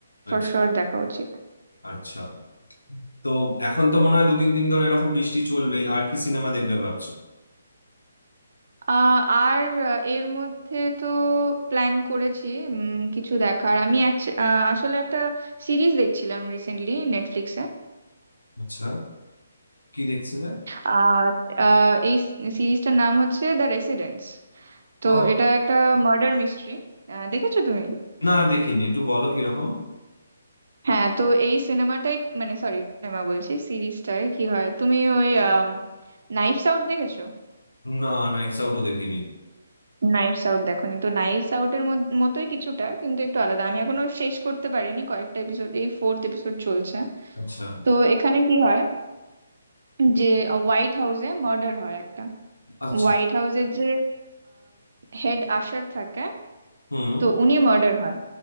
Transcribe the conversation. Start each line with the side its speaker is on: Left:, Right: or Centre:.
Right: ফর
Left: আচ্ছা
Right: শিওর দেখা উচিত
Left: আচ্ছা তো এখন তো মনে হয় দু তিন দিন ধরে এরকম বৃষ্টি চলবে আর কি সিনেমা দেখবে ভাবছো
Right: আহ, আর আহ, এর মধ্যে তো প্ল্যান করেছি উম, কিছু দেখার আমি actu- আহ, আসলে একটা সিরিজ দেখছিলাম রিসেন্টলি নেটফ্লিক্সে
Left: আচ্ছা কি দেখছিলে
Right: আর আহ, এই সিরিজটার নাম হচ্ছে দ্য রেসিডেন্স তো
Left: ও
Right: এটা একটা মার্ডার মিস্ট্রি দেখেছো তুমি
Left: না দেখিনি একটু বলো কিরকম
Right: হ্যাঁ তো এই সিনেমাটাই মানে সরি সিনেমা বলছি সিরিজটায় কি হয় তুমি ওই নাইফস আউট দেখেছো
Left: না নাইটস আউটও দেখিনি
Right: নাইভস আউট দেখোনি তো নাইভস আউটের মতোই কিছুটা কিন্তু একটু আলাদা আমি এখনো শেষ করতে পারিনি কয়েকটা এপিসোড এই ফোর্থ এপিসোড চলছে
Left: আচ্ছা
Right: তো এখানে কি হয় যে হোয়াইট হাউসে মার্ডার হয় একটা
Left: আচ্ছা
Right: হোয়াইট হাউসের যে হেড আশার থাকে
Left: হুম
Right: তো উনি মার্ডার হয়